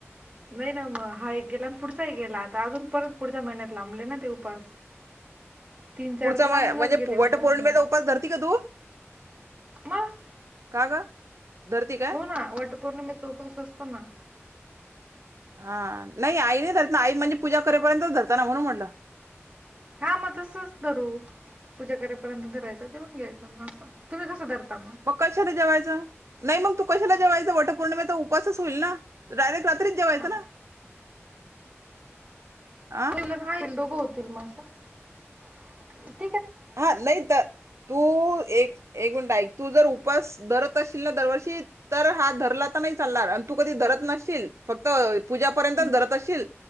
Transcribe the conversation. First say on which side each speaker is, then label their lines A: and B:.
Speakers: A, on the right; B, on the right.
A: नाही ना मग हा एक गेला आणि पुढ चाहि गेला. आता अजून परत पुढच्या महिन्यात लांबले ना ते उपास. तीन चार
B: पुढचा
A: तर
B: महिना
A: लांबूनच
B: म्हणजे
A: गेले उपास
B: वटपौर्णिमेचा
A: माझे
B: उपास धरती का तु?
A: मग
B: का ग? धरती काय
A: हो ना वटपौर्णिमेचा उपवास असतो ना.
B: हा नाही आई नाही धरत आई म्हणजे पुजा करेपर्यंतच धरतना म्हणून म्हटलं.
A: हा मग तसच धरू. पूजा करेपर्यंत धरायंच जेऊन घ्याच मग, असं तुम्ही कसं धरता?
B: मग कशाला जेवायचं? नाही मग तु कशाला जेवायच? वटपौर्णिमेचा उपासच होईल ना? डायरेक्ट- रात्री जेवायचं
A: हा.
B: ना? आ
A: ला ना येईल दोघं होतील माझ <unintelligible>
B: हा नाही तर तु एक एक मिनिट एक, तु जर उपास धरत असशील ना दरवर्षी तर हा धरला तर नाही चालणार आणि तु कधी धर धरत नशील फक्त पुजा पर्यंतच
A: हम्म,
B: धरत असशील,